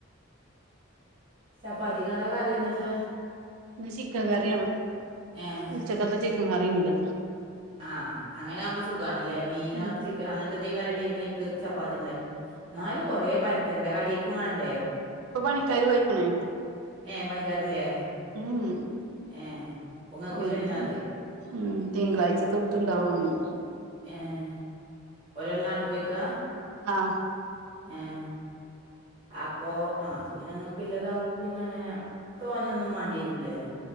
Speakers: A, on the right (about 25°); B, on the right (about 85°).
A: ചപ്പാത്തിക്ക് എന്താ കറി ഇന്നട്ട്?
B: ഇന്ന് ചിക്കൻ കറിയാണ്
A: ഏഹ്
B: ഉച്ചക്കത്തെ ചിക്കൻ കറിണ്ട്
A: ആഹ് അങ്ങനെ ആവുമ്പോ സുഖാണ് ല്ലേ മീനോ
B: ഉം
A: അങ്ങൻത്തെ എന്തേം കടി ഇണ്ടെങ്കി അയ്ക്ക് ചപ്പാത്തി ഇണ്ടാക്ക്യ എന്നാലും കൊറെ പെരത്തണ്ടേ കടിക്കും മാണ്ടേ?
B: ഇപ്പ പണിക്കാര് പോയ്ക്ക്‌ണ്
A: ഏഹ് പണിക്കാരില്ലേ
B: ഉം
A: ഏഹ് ഇപ്പൊ ഇങ്ങക്ക്
B: ഓൽക്ക്
A: ഇല്ലതന്നെ അതി
B: ഉം തിങ്കളാഴ്ച തൊട്ട് ഇണ്ടാവും ഇനി
A: ഏഹ് ഒരാള് നാട്ട്പാെയിക്കാ
B: ആഹ്
A: ഏഹ് അപ്പോ ആഹ് അപ്പൊ പിന്നെ ഇങ്ങക്ക്ല്ലതാവുമ്പോ പിന്നെ അങ്ങനെ തോനെന്നും മാണ്ട്യേരൂല്ലല്ലോ